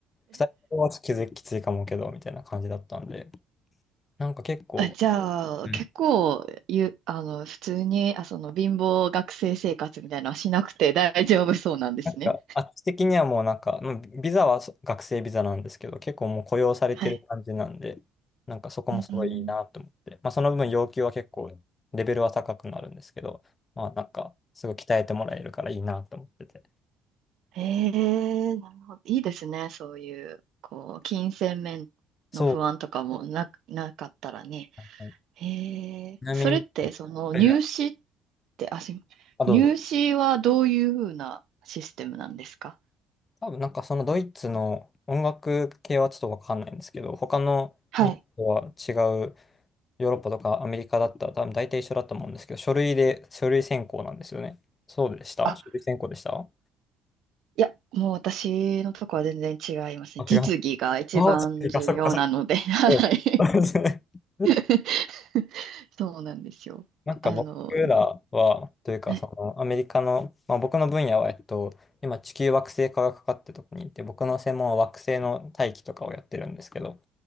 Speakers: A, on the left; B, on the right.
A: 二人はちょっと気づききついかもけど、みたいな感じだったんで、なんか結構、
B: あ、じゃあ、
A: うん
B: 結構、ゆ、あの、普通に、あ、その、貧乏学生生活みたいなのはしなくて大丈夫そうなんですね。
A: なんかあっち的にはもうなんか、うんビザはそ学生ビザなんですけど、結構もう雇用されてる感じなんで、
B: はい。
A: なんかそこもすごいいいなと思って、
B: うん
A: まあその分要求は結構レベルは高くなるんですけど、まあなんかすごい鍛えてもらえるからいいなと思ってて。
B: ええなるほど。いいですね。そういう、こう、金銭面の不安とかもな、
A: そうで
B: なかったらね。
A: すね。
B: ええそれって、
A: ちなみに、
B: その、
A: はいはい
B: 入試って、あ、すいません入試はどういうふうなシステムなんですか
A: あ、どうぞ。多分なんかそのドイツの音楽系はちょっとわかんないんですけど、他の日本とは
B: はい。
A: 違うヨーロッパとかアメリカだったら多分大体一緒だと思うんですけど、書類で、書類選考なんですよね。そうでした書類選考でした
B: あいや、もう私のとこは全然違いますね。
A: あ、
B: 実技が一番重要なので、
A: 違う。ああ、違うか、そっか、そっか。
B: はい。
A: そう <laughs>
B: <laughs> そうなんですよ。
A: なんか僕らは、
B: あの、
A: というか、
B: ね
A: その、アメリカの、まあ僕の分野は、えっと、今、地球惑星科学科ってとこにいて、僕の専門は惑星の大気とかをやってるんですけど、